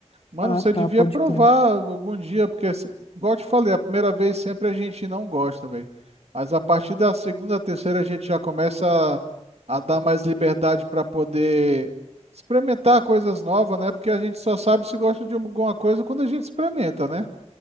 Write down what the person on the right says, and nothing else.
Mano,
você
devia
provar
algum dia, porque, se- igual eu te falei, a primeira vez sempre a gente não gosta, velho. Mas a partir da segunda, terceira, a gente já começa a, a dar mais liberdade para poder experimentar coisas novas, né? Porque a gente só sabe se gosta de alguma coisa quando a gente experimenta, né?